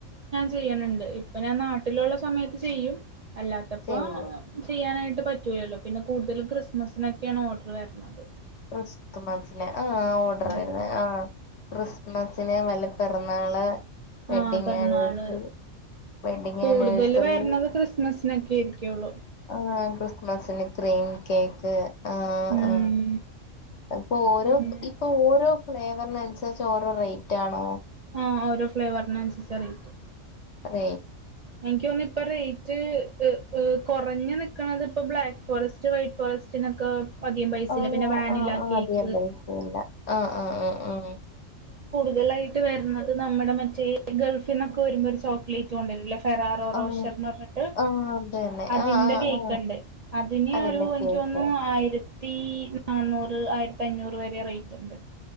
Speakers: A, on the right; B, on the left.
A: ചെയ്യ്ന്ണ്ട് ഇപ്പൊ ഞാൻ നാട്ടിലുള്ള സമയത്ത് ചെയ്യും അല്ലാത്തപ്പോ
B: ചെയ്യും
A: ചെയ്യാനായി പറ്റൂലല്ലോ പിന്നെ കൂടുതലും ക്രിസ്മസിനോക്കെആണ് ഓർഡർ വര്ണത്.
B: ക്രിസ്തുമസിനെ അ ആ ഓർഡർവര്ന്ന
A: ഉം
B: ആ ക്രിസ്മസ് ന് വല്ല പിറന്നാള് വെഡ്ഡിങ്
A: ആ പിറന്നാള്
B: ആനിവേഴ്സറി വെഡ്ഡിങ്
A: കൂടുതല്
B: ആനിവേഴ്സറി
A: വര്ണത് ക്രിസ്മസിനൊക്കെ ആയിരിക്കള്ളൂ.
B: ആ ക്രിസ്മസിന് ക്രീം കേക്ക് ആ
A: ഉം
B: ആ അപ്പൊ ഓരോ
A: അങ്ങനെ
B: ഇപ്പൊ ഓരോ ഫ്ലേവറിനനുസരിച്ച് ഓരോ റേറ്റ് ആണോ?
A: ആ ഓരോ ഫ്ലേവറിനനുസരിച്ച റേറ്റ്
B: ഉം
A: എനിക്ക് തോന്നുന്നു ഇപ്പൊ റേറ്റ് ക് കുറഞ് നിക്ണത് ഇപ്പോ ബ്ലാക്ക് ഫോറസ്റ്റ് വൈറ്റ് ഫോറസ്റ്റിനൊക്കെ അധികം പൈസയില്ല
B: ആണ്ണോ
A: പിന്നെ വാനില
B: ആ ആ
A: കേക്ക്
B: അതികം പൈസയില്ല ആ ആ ആ
A: ടുതലായിട്ട് വരുന്നത് നമ്മുടെ മറ്റേ ഗൾഫിന്നൊക്കെ വരുമ്പോ ഒരു ചോക്ലേറ്റ് കൊണ്ടിരുല്ലേ ഫെറാറോറോഷർന്ന്
B: ആഹ്
A: റഞ്ഞിട്ട്
B: ആഹ് അത് തന്നെ
A: അതിന്റെ
B: ആഹ് ആഹ്
A: ഗേക്ക്
B: ആഹ്
A: ണ്ട് അതിന്
B: അതിന്റെ
A: ഒരു എനിക്ക്
B: കേക്ക്
A: തോന്നുന്നു ആയിര തീ നാന്നൂറ് ആയിരത്തഞ്ഞൂറ് വരെ റെയ്റ്റ്ണ്ട്.